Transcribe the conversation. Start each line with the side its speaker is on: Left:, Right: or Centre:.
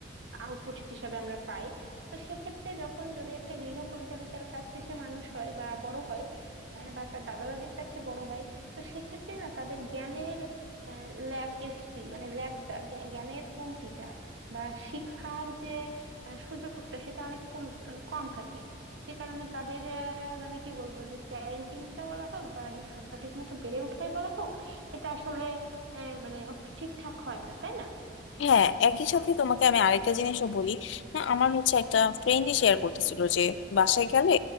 Right: আউটপুট হিসাবে আমরা পাই তো সেক্ষেত্রে যখন যদি একটা গৃহ পরিচালিকার কাছে সে মানুষ হয় বা বড় হয় আহ, বা তার দাদা দাদির কাছে বড় হয় তো সেক্ষেত্রে না তাদের জ্ঞানের ল্যাকেসি মানে ল্যাকটা জ্ঞানের কমতিটা বা শিক্ষার যে আহ, সুযোগটা সেটা অনেক কম মানে কম থাকে যে কারণে তাদের আহ, মানে কি বলবো যে প্যারেন্টিংটা বলা হোক বা এই সঠিক মতো বেড়ে ওঠাই বলা হোক এটা আসলে আহ, মানে ঠিকঠাক হয় না তাই না
Left: হ্যাঁ একই সাথে তোমাকে আমি আরেকটা জিনিসও বলি না আমার হচ্ছে একটা ফ্রেন্ডই শেয়ার করতেছিল যে বাসায় গেলে